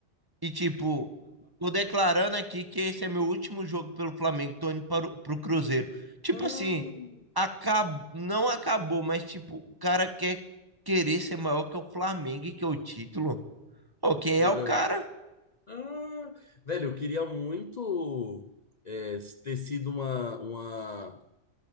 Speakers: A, on the right; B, on the left.
A: E, tipo, tô declarando aqui que esse é meu último jogo pelo Flamengo, tô indo para o, pro Cruzeiro. Tipo
B: <laughs>
A: assim, acab... não acabou, mas, tipo, o cara quer querer ser maior que o Flamengo e que o título. Ô,
B: Loucura.
A: quem é o cara?
B: Ah, velho, eu queria muito é, ter sido uma, uma,